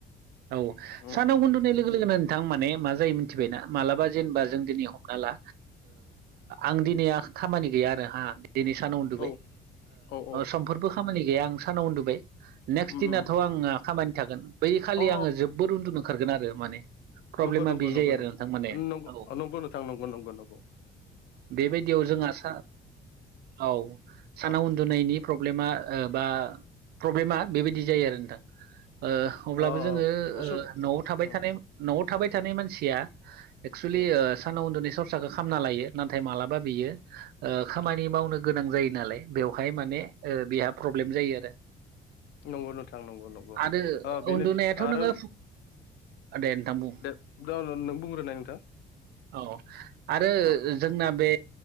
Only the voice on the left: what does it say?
उम
औ औ औ
उम
उम
अ
नंगौ नंगौ
नंगौ
नगौ
न
नगौ नोंथां नंगौ नगौ
अ
अ
असु
उम
उम
नंगौ नोंथां नंगौ नंगौ
ओ बेनो
आरो
दे र रं नों बुंग्रोननाय नोंथां
अ